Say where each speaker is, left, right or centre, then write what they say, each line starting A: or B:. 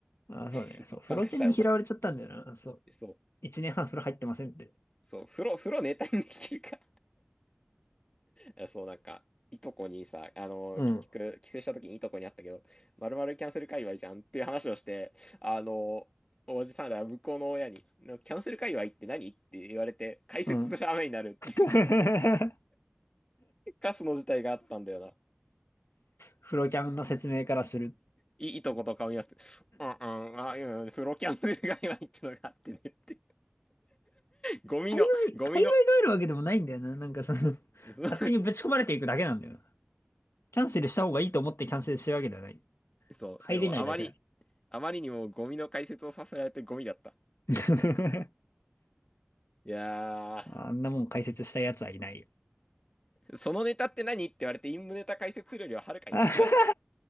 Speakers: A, on the left (about 70°); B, on the left (about 20°).
A: あー、そうね。
B: <laughs>
A: そう。
B: 一般化したよか。
A: 風呂犬に拾われちゃったんだよな。そう。
B: <laughs> そう、
A: 一年半風呂入ってませんって。
B: そう、風呂、風呂ネタにできるか。えそう、なんか、いとこにさ、あのー結局、
A: うん。
B: 帰省した時にいとこに会ったけど、まるまるキャンセル界隈じゃんっていう話をして、あのーおじさんら向こうの親に、なキャンセル界隈って何って言われて、解説する雨になるって
A: うん。<laughs>
B: いうカスの事態があったんだよな。
A: フロキャンの説明からする。
B: い、いとこと顔見合わせて、うんうん、あ、うん、プロキャンセル界隈ってのがあってねって。ゴミの、
A: 界隈、
B: ゴミの、
A: 界隈があるわけでもないんだよな。なんかその <laughs>
B: そう、
A: 勝手にぶち込まれていくだけなんだよな。キャンセルした方がいいと思ってキャンセルしてるわけではない。
B: <laughs> そうでもあまり、
A: 入れないだけだ。
B: あまりにもゴミの解説をさせられてゴミだった。
A: <laughs>
B: いや
A: あんなもん解説した奴はいないよ。
B: ー。そのネタって何って言われて、陰夢ネタ解説するよりははるかにマシだけどね。
A: <laughs> あ